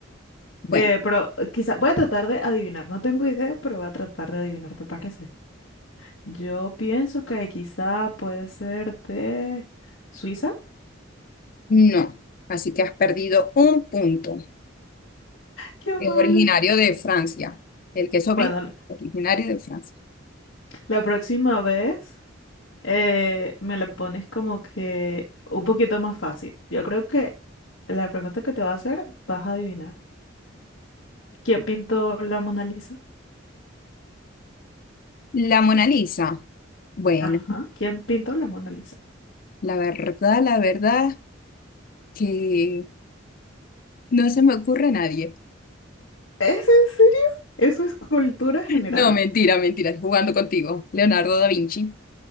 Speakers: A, on the left; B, on the left.
A: Bueno.
B: Eh, pero quizá voy a tratar de adivinar. No tengo idea, pero voy a tratar de adivinar, ¿te parece? Yo pienso que quizá puede ser de Suiza.
A: No, así que has perdido un punto.
B: Qué
A: Es
B: mal.
A: originario de Francia. El queso
B: Bueno,
A: brie,
B: la
A: originario de Francia.
B: la próxima vez. Eh, me la pones como que un poquito más fácil. Yo creo que la pregunta que te va a hacer vas a adivinar. ¿Quién pintó la Mona Lisa?
A: La Mona Lisa. Bueno,
B: Ajá, ¿quién pintó la Mona Lisa?
A: la verdad, la verdad que no se me ocurre a nadie.
B: ¿Es en serio? Eso es cultura general.
A: No, mentira, mentira, jugando contigo. Leonardo da Vinci.